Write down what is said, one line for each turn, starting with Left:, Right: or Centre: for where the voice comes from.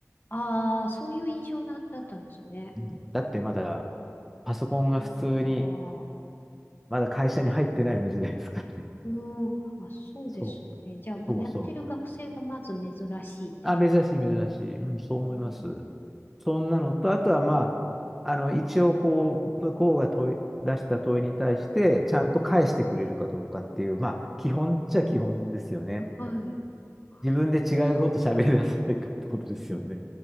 Left: ああ、そういう印象な、だったんですね。
Centre: うん。だってまだパソコンが普通に、
Left: うん、ああ、
Centre: まだ会社に入ってないような時代ですからね。
Left: うん、あ、そうですね。
Centre: そう、
Left: じゃあ、
Centre: そうそう。
Left: やってる学生がまず珍しいってか。
Centre: あ、珍しい、珍しい。うん、そう思います。
Left: うん
Centre: そんなのと、あとはまあ、あの、一応こう、向こうが問い、出した問いに対して、ちゃんと返してくれるかどうかっていう、まあ、基本っちゃ基本ですよね。
Left: あ、はい。あ、
Centre: 自分で違うこと喋り出さないかってことですよね。